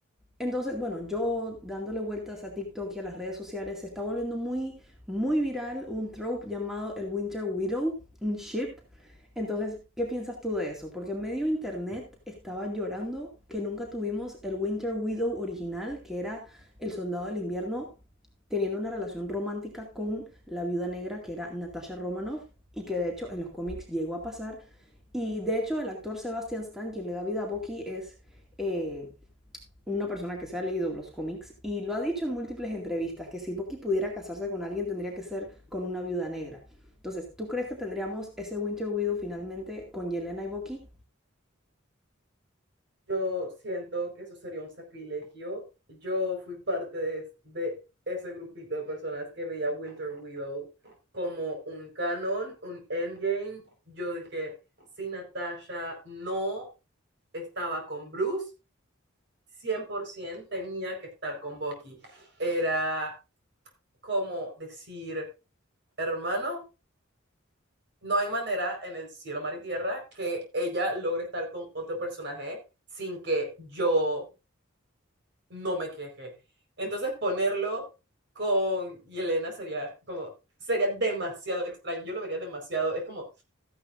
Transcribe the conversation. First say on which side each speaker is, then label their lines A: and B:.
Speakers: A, in the centre; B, on the right.
A: Entonces, bueno, yo dándole vueltas a TikTok y a las redes sociales, se está volviendo muy, muy viral un trope llamado el Winter Widow, un ship. Entonces, ¿qué piensas tú de eso? Porque medio internet estaba llorando que nunca tuvimos el Winter Widow original, que era el soldado del invierno teniendo una relación romántica con la viuda negra, que era Natasha Romanoff, y que de hecho en los cómics llegó a pasar. Y de hecho el actor Sebastian Stan, quien le da vida a Bucky, es... eh, una persona que se ha leído los cómics y lo ha dicho en múltiples entrevistas, que si Bucky pudiera casarse con alguien tendría que ser con una viuda negra. Entonces, ¿tú crees que tendríamos ese Winter Widow finalmente con Yelena y Bucky?
B: Yo siento que eso sería un sacrilegio. Yo fui parte de, de ese grupito de personas que veía Winter Widow como un canon, un endgame. Yo dije, si Natasha no estaba con Bruce, 100% tenía que estar con Bucky. Era como decir, hermano, no hay manera en el cielo, mar y tierra que ella logre estar con otro personaje sin que yo no me quejé. Entonces ponerlo con Yelena sería como, sería demasiado extraño, yo lo vería demasiado, es como,